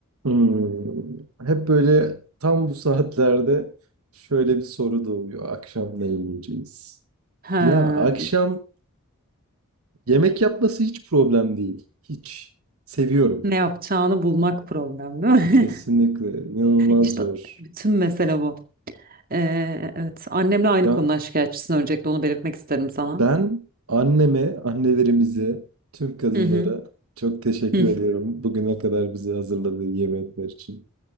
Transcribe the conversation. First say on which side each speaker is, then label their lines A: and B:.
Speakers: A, on the right; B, on the right.
A: Hımm. Hep böyle tam bu saatlerde şöyle bir soru doğuyor. Akşam ne yiyeceğiz?
B: Ha,
A: Ya akşam yemek yapması hiç problem değil. Hiç. Seviyorum.
B: ne yapacağını bulmak problem değil mi?
A: Kesinlikle. İnanılmaz
B: <laughs> İşte
A: zor.
B: bütün mesele bu. Ee, evet, annemle aynı
A: Ya
B: konuda şikayetçisin. Öncelikle onu belirtmek isterim sana.
A: ben anneme, annelerimize, tüm kadınlara
B: Hı hı.
A: çok teşekkür
B: Hı.
A: ediyorum. Bugüne kadar bize hazırladığı yemekler için.